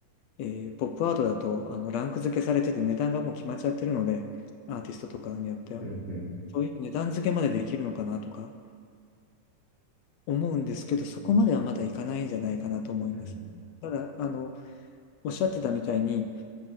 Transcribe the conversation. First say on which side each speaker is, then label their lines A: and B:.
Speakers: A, on the left; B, on the left.
A: えーポップアートだと、あの、ランク付けされてて値段がもう決まっちゃってるので、アーティストとかによっては、
B: うんうん
A: そういう値段付けまでできるのかなとか思うんですけど、そこまではまだいかないんじゃないかなと思います。
B: うん
A: ただ、あの、おっしゃってたみたいに、